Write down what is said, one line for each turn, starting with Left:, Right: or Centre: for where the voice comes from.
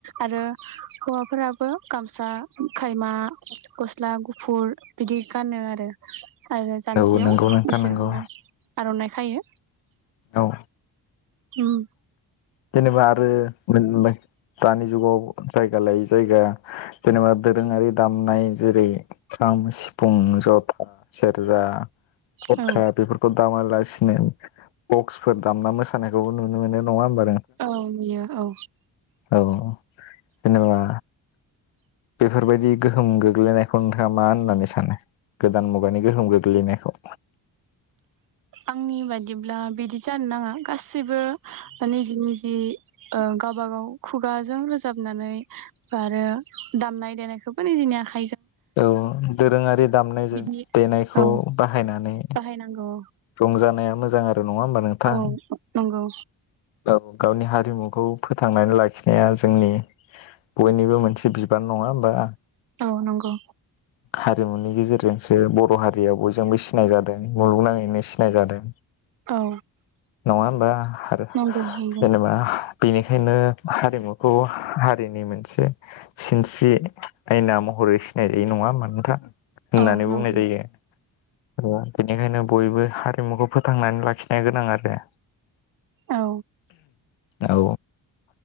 Right: आरो हौवाफोराबो गामसा खायमा गस्ला गुफुर बिदि गानो आरो। आरो जान्जियाव
Left: औ नंगौ नोंथां
Right: बिसोरबो।
Left: नंगौ
Right: आर'नाइ खायो।
Left: औ।
Right: उम।
Left: जेनेबा आरो मोन <unintelligible> दानि जुगाव जायगा लायै जायगा जेनेबा दोरोङारि दामनाय जेरै खाम सिफुं जथा सेरजा। थरखा
Right: औ
Left: बेफोरखौ दाम लासिनो बक्सफोर दामना मोसानायखौबो नुनो मोनो नङा होनबा
Right: औ नुयो औ।
Left: औ जेनेबा बेफोरबायदि गोहोम गोग्लैनायखौ नोंथाङा मा होननानै सानो गोदान मुगानि गोहोम गोग्लैनायखौ।
Right: आंनि बायदिब्ला बिदि जानो नाङा गासै सैबो बा निजि निजि। ओ गाबा गाव खुगाजों रोजाबनानै आरो दामनाय देनायखौबो निजिनि आखा
Left: औ दोरोङारि दामनाय दे
Right: बिदि
Left: देनायखौ
Right: औ
Left: बाहायनानै।
Right: बाहायनांगौ।
Left: रंजानाया मोजां आरो नङा होमबा नोंथां
Right: औ नंगौ
Left: औ गावनि हारिमुखौ फोथांनानै लाखिनाया जोंनि बयनिबो मोनसे बिबान नङा होमबा
Right: औ नंगौ
Left: हारिमुनि गेजेरजोंसो बर' हारियाव बयजोंबो सिनाय जादों मुलुगनाङैनो सि नाय जादों
Right: औ
Left: नङा होमबा आरो
Right: नंगौ नंगौ
Left: जेनेबा बेनिखायनो हारिमुखौ हा-हारिनि मोनसे सिनस्रि आयना महरै रै नङा होनबा नोंथां? होननानै
Right: औ
Left: बुंनाय
Right: नंगौ
Left: जायो बेनिखायनो बयबो हारिमुखौ फोथांनानै लाखिनाया गोनां आरो
Right: औ
Left: औ